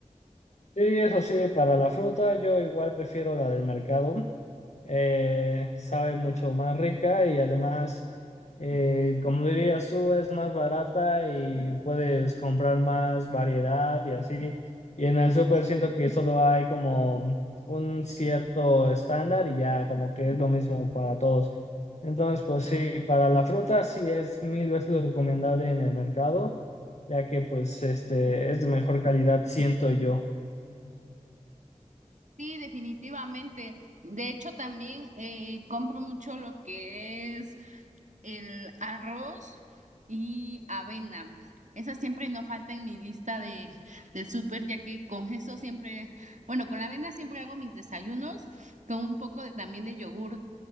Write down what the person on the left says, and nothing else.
Sí, eso sí, para la fruta yo igual prefiero la del mercado. Eh, sabe mucho más rica y además, eh, como dirías tú, es más barata y puedes comprar más variedad y así. Y en el súper siento que solo hay como un cierto estándar y ya como que es lo mismo para todos. Entonces, pues sí, para la fruta sí es mil veces recomendable en el mercado, ya que pues este es de mejor calidad, siento yo.